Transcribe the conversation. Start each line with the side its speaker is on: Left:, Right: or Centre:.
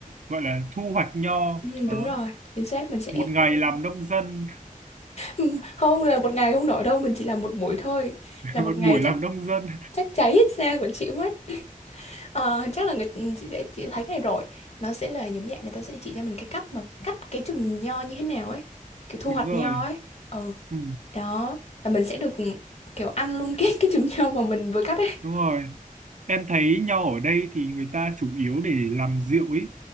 Right: gọi là thu hoạch nho
Left: Ừm,
Right: đó
Left: đúng rồi, chính xác mình sẽ
Right: một ngày
Left: ừm,
Right: làm nông dân
Left: <laughs> không là một ngày không nổi đâu, mình chỉ làm một buổi thôi.
Right: <laughs>
Left: Là
Right: một
Left: một ngày
Right: buổi
Left: chắc
Right: làm nông dân
Left: chắc cháy hết da của chị mất. Ờ, chắc là người chị sẽ chị thấy cái này rồi. Nó sẽ là giống dạng người ta sẽ chỉ cho mình cái cách mà cắt cái chùm nho như thế nào ấy, kiểu thu
Right: đúng
Left: hoạch
Right: rồi
Left: nho ấy. Ừ,
Right: ừ,
Left: đó. Và mình sẽ được kiểu ăn luôn cái cái chùm nho mà mình vừa cắt ấy.
Right: đúng rồi em thấy nho ở đây thì người ta chủ yếu để làm rượu ấy